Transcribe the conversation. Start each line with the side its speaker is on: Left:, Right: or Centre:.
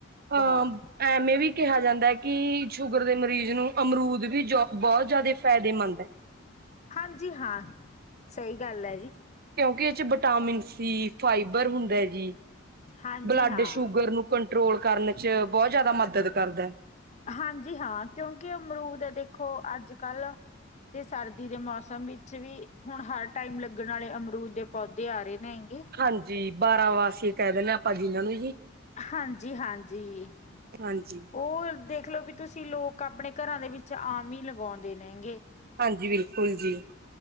Left: ਬਹੁਤ
Right: ਅਹ ਐਵੇਂ ਵੀ ਕੈਹਾ ਜਾਂਦਾ ਐ ਕਿ ਸ਼ੂਗਰ ਦੇ ਮਰੀਜ਼ ਨੂੰ ਅਮਰੂਦ ਵੀ ਜੋ ਬੋਤ ਜਾਦੇ ਫਾਇਦੇਮੰਦ ਐ।
Left: ਹਾਂਜੀ ਹਾਂ ਸਈ ਗੱਲ ਐ ਜੀ।
Right: ਕਿਉਂਕਿ ਓ ਚ ਵਿਟਾਮਿਨ ਸੀ ਫਾਈਬਰ ਹੁੰਦਾ ਐ ਜੀ।
Left: ਹਾਂਜੀ
Right: ਬੱਲਾਡ
Left: ਹਾਂ
Right: ਸ਼ੂਗਰ ਨੂੰ ਕੰਟਰੋਲ ਕਰਨ ਚ ਬੋਤ ਜਾਦਾ ਮਦਦ ਕਰਦਾ ਐ।
Left: ਹਾਂਜੀ ਹਾਂ ਕਿਉਂਕਿ ਅਮਰੂਦ ਦੇਖੋ ਅੱਜ-ਕੱਲ ਤੇ ਸਰਦੀ ਦੇ ਮੌਸਮ ਵਿੱਚ ਵੀ ਹੁਣ ਹਰ ਟਾਈਮ ਲੱਗਣ ਆਲੇ ਅਮਰੂਦ ਦੇ ਪੌਦੇ ਆ ਰਹੇ ਨੇ ਹੈਂਗੇ।
Right: ਹਾਂਜੀ ਬਾਰਾਂ ਵਾਸੀ ਕੈ ਦਿੰਦੇ ਆਪਾਂ ਜਿਨਾਂ ਨੂੰ ਜੀ।
Left: ਹਾਂਜੀ-ਹਾਂਜੀ,
Right: ਹਾਂਜੀ।
Left: ਓ ਦੇਖਲੋ ਵੀ ਤੁਸੀਂ ਲੋਕ ਆਪਣੇ ਕਰਾਂ ਦੇ ਵਿੱਚ ਆਮ ਈ ਲਗਾਉਂਦੇ ਨੇਗੇ।
Right: ਹਾਂਜੀ ਬਿਲਕੁਲ ਜੀ।